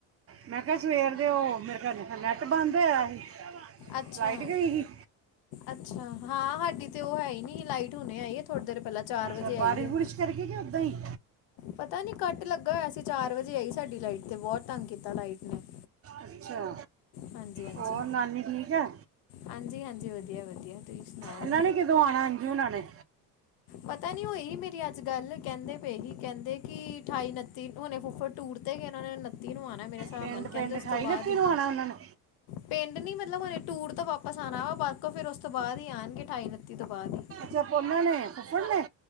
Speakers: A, on the right; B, on the left.
A: ਮੈਂ ਕਿਹਾ ਸਵੇਰ ਦੇ ਉਹ ਮੇਰੇ ਖਿਆਲ ਨੈੱਟ ਬੰਦ ਹੋਇਆ ਸੀ।
B: ਅੱਛਾ
A: ਲਾਈਟ ਗਈ ਸੀ
B: ਅੱਛਾ ਹਾਂ ਸਾਡੀ ਤੇ ਉਹ ਹੈ ਹੀ ਨੀ ਲਾਈਟ ਹੁਣੇ ਆਈ। ਉਧਰ ਪਹਿਲਾਂ ਚਾਰ
A: ਅੱਛਾ
B: ਵਜੇ ਆਈ
A: ਬਾਰਿਸ਼
B: ਹ।
A: ਬੁਰਿਸ਼ ਕਰਕੇ ਕਿ ਉਦਾਂ ਹੀ
B: ਪਤਾ ਨੀ ਕੱਟ ਲੱਗਾ ਹੋਇਆ ਸੀਂ ਚਾਰ ਵਜੇ ਆਈ ਸਾਡੀ ਲਾਈਟ ਤੇ ਬਹੁਤ ਤੰਗ ਕੀਤਾ ਹੋਇਆ ਸੀ ਲਾਈਟ ਨੇ।
A: ਅੱਛਾ।
B: ਹਾਂਜੀ ਹਾਂਜੀ
A: ਹੋਰ ਨਾਨੀ ਠੀਕ ਹੈ
B: ਹਾਂਜੀ ਹਾਂਜੀ ਵਧੀਆ ਵਧੀਆ ਤੁਸੀਂ ਸੁਣਾਓ।
A: ਇਹਨਾਂ ਨੇ ਕਦੋਂ ਆਉਣਾ ਅੰਜੂ ਉਹਨਾਂ ਨੇ।
B: ਪਤਾ ਨੀ ਹੋਈ ਹੀ ਮੇਰੀ ਅੱਜ ਗੱਲ ਕਹਿੰਦੇ ਪਏ ਹੀ ਕਹਿੰਦੇ ਕਿ ਅਠਾਈ ਓਨਤੀ ਹੁਣੇ ਫੁੱਫੜ ਟੂਰ ਤੇ। ਤੇ ਗਏ ਓਹਨਾ ਨੇ ਉੱਨਤੀ ਨੂੰ ਆਉਣਾ ਮੇਰੇ ਹਿਸਾਬ
A: ਪਿੰਡ
B: ਨਾਲ ਕਹਿੰਦੇ
A: ਪਿੰਡ
B: ਉਸ ਤੋਂ ਬਾਅਦ ਹੀ।
A: ਨੂੰ ਆਣਾ ਉਹਨਾਂ ਨੇ
B: ਪਿੰਡ ਨੀ ਮਤਲਬ ਹੁਣੇ ਟੂਰ ਤੋਂ ਵਾਪਿਸ ਆਉਣਾ ਵਾ ਬਾਕ ਫਿਰ ਉਸ ਤੋਂ ਬਾਅਦ ਹੀ ਆਣਗੇ ਅਠਾਈ ਉਨੱਤੀ ਤੋਂ ਬਾਅਦ ਹੀ।
A: ਅੱਛਾ ਓਹਨਾ ਨੇ ਫੁੱਫੜ ਨੇ।